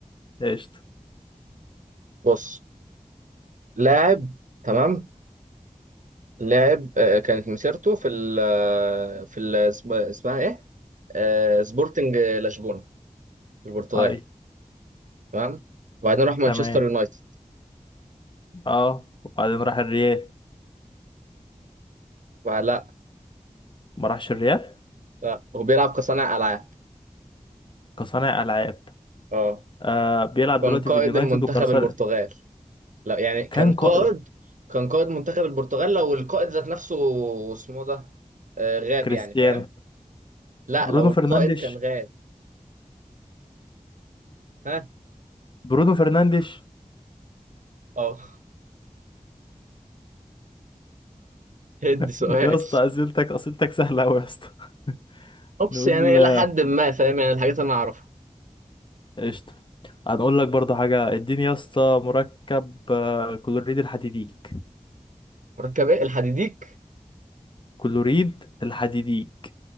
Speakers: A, on the left; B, on the right.
A: قشطة
B: بص لاعب تمام لاعب آه، كانت مسيرته في ال آه، في ال اسم- اسمها ايه آه، سبورتنج لشبونة البرتغال
A: طيب
B: تمام وبعدين راح مانشستر
A: تمام
B: يونايتد
A: اه وبعدين راح الريال
B: بعد لا
A: ما راحش الريال
B: لا هو بيلعب كصانع العاب
A: كصانع العاب
B: اه
A: آه بيلعب
B: كان
A: دلوقتي
B: قائد
A: في اليونايتد
B: المنتخب
A: وكرسال
B: البرتغال لا يعني كان
A: كان قائد
B: قائد كان قائد منتخب البرتغال لو القائد ذات نفسه اسمه ده آه غاب
A: كريستيانو
B: يعني فاهم لا
A: برونو
B: لو
A: فرنانديش
B: القائد كان غاب ها
A: برونو فرنانديش
B: اه <laughs> هدي
A: <laughs>
B: سؤال
A: يا اسطى اسئلتك اسئلتك سهله قوي يا اسطى <laughs>
B: اوبس
A: نقول
B: يعني الى
A: آه،
B: حد ما فاهم يعني الحاجات اللي انا اعرفها
A: قشطه هنقول لك برضه حاجه اديني يا اسطى مركب آه، كلوريد الحديديك
B: مركب ايه الحديديك
A: كلوريد الحديديك